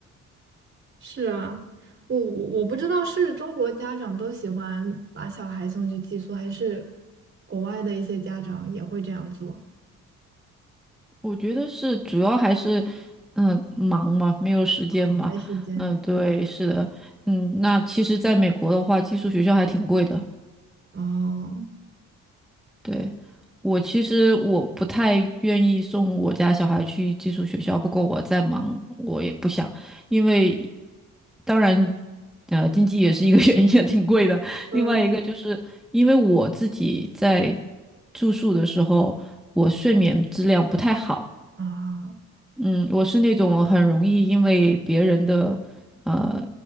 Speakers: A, on the right; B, in the centre.
A: 是啊，我我我不知道是中国家长都喜欢把小孩送去寄宿，还是国外的一些家长也会这样做。
B: 我觉得是主要还是，嗯、忙嘛，没有时间吧。
A: 哦没时间。
B: 嗯，对，是的，嗯，那其实在美国的话，寄宿学校还挺贵的。
A: 哦，
B: 对，我其实我不太愿意送我家小孩去寄宿学校，不过我在忙，我也不想，因为当然，呃，经济也是一个 <laughs> 原因，也挺贵的。
A: 嗯
B: 另外一个就是因为我自己在住宿的时候，我睡眠质量不太好。
A: 啊，
B: 嗯，我是那种很容易因为别人的呃